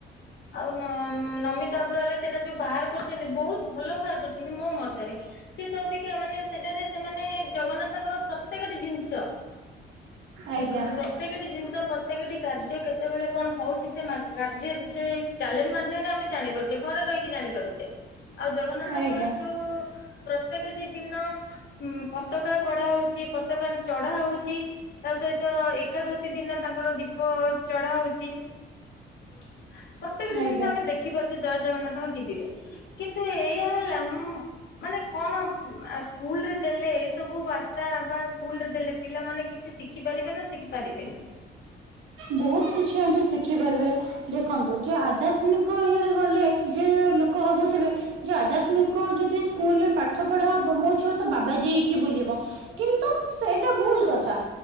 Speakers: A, on the left; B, on the right.
A: ଆଉ ନ-ନମିତା ଅଗ୍ରୱାଲ ସେଟା ଯୋଉ ବାହାର କରିଛନ୍ତି ବହୁତ ଭଲ ବାହାର କରିଛନ୍ତି ମୋ ମତରେ। ସିଏ ତ ଅବିକା ମାନେ ସେଠାରେ ସେମାନେ ଜଗନ୍ନାଥଙ୍କର ପ୍ରତ୍ୟେକଟି ଜିନିଷ କି
B: ଆଜ୍ଞା
A: ପ୍ରତ୍ୟେକଟି ଜିନିଷ ପ୍ରତ୍ୟେକଟି କାର୍ଯ୍ୟ କେତେବେଳେ କଣ ହଉଛି ସେ ମା-କାର୍ଯ୍ୟ ସେ କାର୍ଯ୍ୟ ବିଷୟୀ ଚ୍ୟାଲେଞ୍ଜ ମା ଆମେ ଜାଣିପାରୁଛେ ଘରେ ରହିକି ଜାଣିପାରୁଛେ ଆଉ ଜଗନ୍ନାଥଙ୍କର
B: ଆଜ୍ଞା
A: ଯୋଉ ପ୍ରତ୍ୟକଟି ଦିନ ଉଁ ପତାକା କଢା ହୋଉଛି ପତାକା ଚଢା ହୋଉଛି ତା ସହିତ ଏକାଦଶୀ ଦିନ ତାଙ୍କର ଦୀପ ଚଢା ହୋଉଛି। ପ୍ରତ୍ୟେକଟି
B: ଆଜ୍ଞା।
A: ଜିନିଷ ଆମେ ଦେଖ ଦେଖପାରୁଛେ ଜୟ ଜଗନ୍ନାଥଙ୍କ ଟିଭିରେ କିନ୍ତୁ ଏଇଆ ହେଲା ମୁଁ ମାନେ କଣ ଆ ସ୍କୁଲରେ ଦେଲେ ଏ ସବୁ ବା ତା ବା ସ୍କୁଲରେ ଦେଲେ ପିଲାମାନେ କିଛି ଶିଖି ପାରିବେ ନା ଶିଖି ପାରିବେନି?
B: ବୋହୁତ କିଛି ଆଣ୍ଟି ଶିଖି ପାରିବେ। ଦେଖନ୍ତୁ ଯେ ଆଧ୍ୟାତ୍ମିକ ଇଏରେ ଗଲେ ଯେ ଲୋକ ଭାବୁଥିବେ ଯେ ଆଧ୍ୟାତ୍ମିକ ଯଦି ସ୍କୁଲରେ ପାଠ ପଢା ହବ ମୋ ଛୁଆ ତ ବାବାଜୀ ହେଇକି ବୁଲିବ। କିନ୍ତୁ ସେଇଟା ଭୁଲ କଥା।